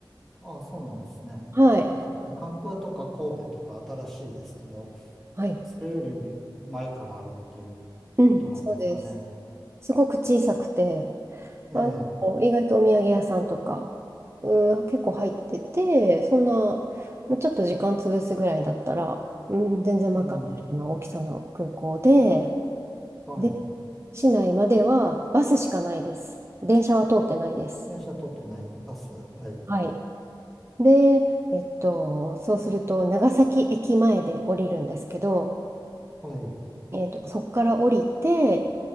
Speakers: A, in the centre; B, on the right.
A: ああ、そうなんですね。
B: はい。
A: まあ、多分関空とか神戸とか新しいですけど、
B: はい。
A: それより前からあるっていうことなんですかね。
B: うん、そうです。すごく小さくて、
A: ええ、
B: あの、意外とお土産屋さんとか、うん、結構入ってて、そんな、まあちょっと時間潰すぐらいだったら、うん、全然賄えるような大きさの空港で、
A: うん、はい。
B: で、市内まではバスしかないです。電車は通ってないです。
A: 電車通ってない、バス、はい、
B: はい。で、えっと、そうすると、長崎駅前で降りるんですけど、
A: はい、
B: えっと、そこから降りて、